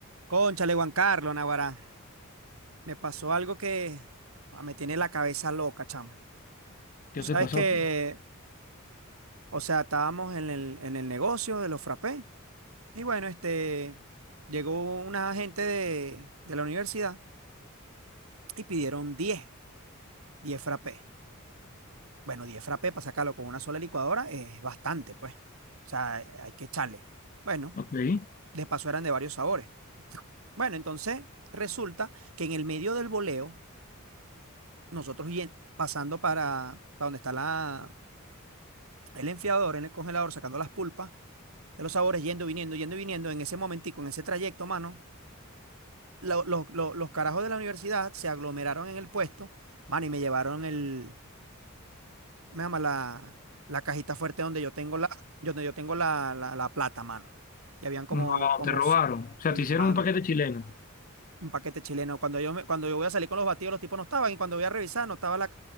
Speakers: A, on the right (about 80°); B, on the left (about 40°).
A: Cónchale, Juan Carlos, Naguará. Me pasó algo que ah, me tiene la cabeza loca, chama.
B: ¿Qué
A: Tú sabes
B: te pasó?
A: que, o sea, estábamos en el, en el negocio de los frappés. Y bueno, este, llegó una gente de, de la universidad y pidieron diez diez frappés. Bueno, 10 frappés para sacarlo con una sola licuadora es bastante, pues. O sea, hay que echarle. Bueno,
B: Ok.
A: de paso eran de varios sabores. Bueno, entonces resulta que en el medio del boleo nosotros yen- pasando para, para donde está la, el enfriador en el congelador, sacando las pulpas de los sabores, yendo, viniendo, yendo, viniendo, en ese momentico, en ese trayecto, mano, lo- lo- lo- los carajos de la universidad se aglomeraron en el puesto, mano, y me llevaron el, me llama la, la cajita fuerte donde yo tengo la, <clears throat> donde yo tengo la, la, la plata, mano. Y habían como,
B: No,
A: como,
B: te robaron.
A: cien-
B: O sea,
A: y,
B: te hicieron
A: mano,
B: un paquete chileno.
A: un paquete chileno. Cuando yo, me- cuando yo voy a salir con los batidos, los tipos no estaban, y cuando voy a revisar, no estaba la,